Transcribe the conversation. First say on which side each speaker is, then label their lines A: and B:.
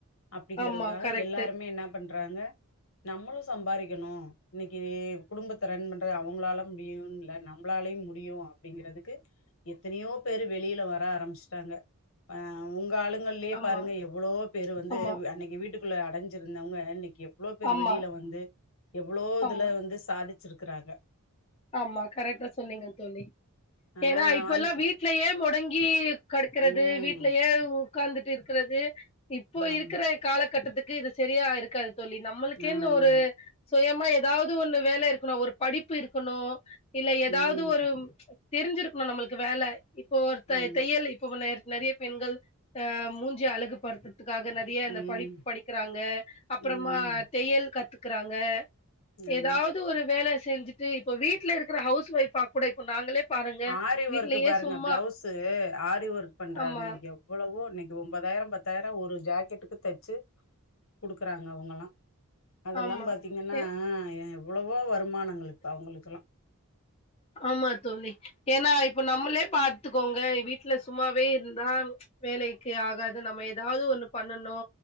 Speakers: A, on the left; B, on the left.
A: அப்படிங்கிறதுக்காக
B: ஆமா கரெக்ட்
A: எல்லாருமே என்னா பண்றாங்க நம்மளு சம்பாரிக்கணு இன்னைக்கி குடும்பத்த ரன் பண்றத அவுங்களால முடியும்ல்ல நம்மளாலேயே முடியும் அப்படிங்குறதுக்கு எத்தனையோ பேரு வெளியில வர ஆரம்பிச்சிட்டாங்க ஆ உங்க அளுங் ங்களே
B: ஆமா
A: பாருங்க எவ்ளோ பேரு வந்து
B: ஆமா
A: அன்னைக்கி வீட்டுக்குள்ள அடைஞ்சுருந்தவங்க இன்னைக்கி எவ்ளோ பேரு
B: ஆமா
A: வெளியில வந்து எவ்ளோ இதுல
B: ஆமா
A: வந்து சாதிச்சிருக்குறாங்க
B: ஆமா கரெக்டா சொன்னீங்க தோழி
A: ஆ
B: ஏன்னா இப்பல்லா
A: அந்
B: வீட் வீட்லயே மொடங்கி கடுக்குறது
A: ம்.
B: வீட்லயே உக்காந்துட்டு இருக்குறது இப்போ
A: ஆமா.
B: இருக்குற காலகட்டத்துக்கு இது செரியா இருக்காது தோழி நம்மளுக்கேன்னு
A: ஆமாமா.
B: ஒரு சுயமா ஏதாவது ஒன்னு வேல இருக்கணு ஒரு படிப்பு இருக்கணு இல்ல ஏதாவது
A: ம்.
B: ஒரு தெரிஞ்சிருக்கணு நம்மளுக்கு வேல இப்போ ஒருத்த
A: ஆமா.
B: தையல் இப்போ நெ நெறையப் பெண்கள் அ மூஞ்சு அழகுபடுத்துறதுக்காக நெறைய இந்த
A: ம்.
B: படிப்பு படி க்கிறாங்க அப்புறமா
A: ம்.
B: தையல் கத்துக்குறாங்க
A: ஆமா.
B: ஏதாவது ஒரு வேல செஞ்சுட்டு இப்போ வீட்ல இருக்குற ஹவுஸ் ஒய்ஃபா கூட இப்ப நாங்களே பாருங்க
A: ஆரி
B: வீட்லயே
A: ஒர்க்கு பாருங்க
B: சும்மா
A: பிளவுஸு ஆரி ஒர்க் பண்றாங்க
B: ஆமா
A: எப் எவ்ளோவோ இன்னைக்கி ஒம்பதாயிரோ பத்தாயிரோ ஒரு ஜாக்கெட்டுக்கு தச்சு குடுக்குறாங்க அவுங்களலா அதெல்லா
B: ஆமா
A: பாத்தீங்கன்னா
B: அ
A: எவ்ளோவோ வருமானங்கள் இப்ப அவங்களுக்கெல்லா
B: ஆமா தோழி ஏன்னா இப்ப நம்மளே பாத்துக்கோங்க வீட்ல சும்மாவே இருந்தா வேலைக்கு ஆகாது நம ஏதாவது ஒண்ணு பண்ணணு